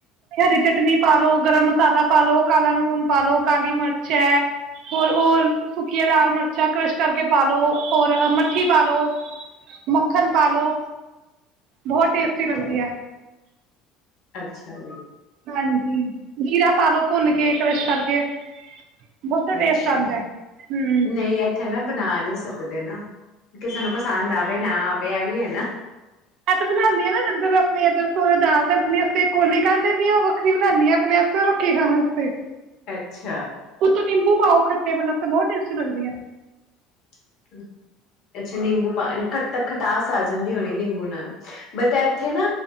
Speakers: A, on the right; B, on the left.
A: ਹਰੀ ਚਟਨੀ ਪਾ ਲੋ ਗਰਮ ਮਸਾਲਾ ਪਾ ਲੋ ਕਾਲਾ ਨੂਨ ਪਾ ਲੋ ਕਾਲੀ ਮਿਰਚ ਹੈ ਹੋਰ ਉਹ ਸੁੱਕੀਆਂ ਲਾਲ ਮਿਰਚਾਂ ਕਰਸ਼ ਕਰਕੇ ਪਾਲੋ ਹੋਰ ਮੱਠੀ ਪਾਲੋ ਮੱਖਣ ਪਾਲੋ ਬਹੁਤ ਟੇਸਟੀ ਲਗਦੀ ਹੈ।
B: ਅੱਛਾ ਜੀ
A: ਹਾਂਜੀ ਜੀਰਾ ਪਾਲੋ ਭੁੰਨ ਕੇ ਕ੍ਰਸ਼ ਕਰਕੇ ਬਹੁਤਾ
B: ਅੱਛਾ
A: ਟੇਸਟ ਆਉਂਦਾ ਹਮ
B: ਨਹੀਂ ਇੱਥੇ ਨਾ ਬਣਾ ਨਹੀਂ ਸਕਦੇ ਨਾ ਕਿਸੇ ਨੂੰ ਪਸੰਦ ਆਵੇ ਨਾ ਆਵੇ ਇਹ ਵੀ ਹੈ ਨਾ
A: ਐ ਤੇ ਬਣਾਉਦੀ ਹਾਂ ਨਾ ਲੰਗਰ ਵਾਸਤੇ ਸੋਰੇ ਦਾਲ ਤੇ ਆਪਣੇ ਵਾਸਤੇ ਕੋਲੀ ਕੱਢਦੇ ਨੀ ਉਹ ਵਖ ਵੱਖਰੀ ਬਣਾਉਂਦੀ ਆਪਣੇ ਵਾਸਤੇ ਕੀ ਖਾਣ ਵਾਸਤੇ
B: ਅੱਛਾ
A: ਉੱਤੋਂ ਨਿੰਬੂ ਪਾਓ ਖੱਟੇ ਵਾਲਾ ਵਾਸਤੇ, ਬਹੁਤ ਟੇਸਟੀ ਲੱਗਦੀ ਆ
B: <inaudible> ਅੱਛਾ ਨਿੰਬੂ ਪਾਏ ਖਟਾਸ ਆ ਜਾਂਦੀ ਹੋਣੀ ਏ ਨਿੰਬੂ <unintelligible> ਨਾਲ ਬਟ ਇੱਥੇ ਨਾ